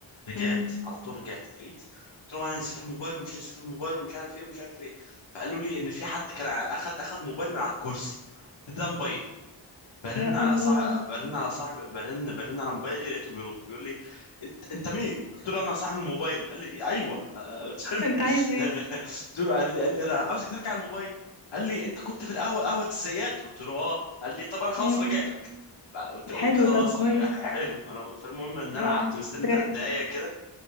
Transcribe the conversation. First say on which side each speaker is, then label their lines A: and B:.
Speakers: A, on the left (about 75°); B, on the left (about 50°).
A: رجعت
B: امم
A: على طول رجعت جريت قلت لهم انا نسيت الموبايل ومش نسيت الموبايل ومش عارف ايه ومش عارف ايه فقالوا لي ان في حد كان اخد اخد موبايل من على الكرسي ده موبايلي برن
B: يا
A: على
B: الله
A: صاحب برن على صاحب برن برن على موبايلي لقيته بيرد بيقول لي انت انت مين؟ قلت له انا صاحب الموبايل قال لي ايوه <laughs> آه، قلت له
B: انت عايز ايه
A: <laughs> قلت له قال لي قال لي انا عاوزك ترجع الموبايل قال لي انت كنت في القهوه قهوه الزيات قلت له اه قال لي طب انا خلاص
B: امم
A: راجع لك بقى- قلت
B: حلو
A: قلت خلاص
B: طب كويس
A: آه، حلو انا فالمهم ان
B: اه
A: انا قعدت مستني
B: فرحت
A: ثلاث دقايق كده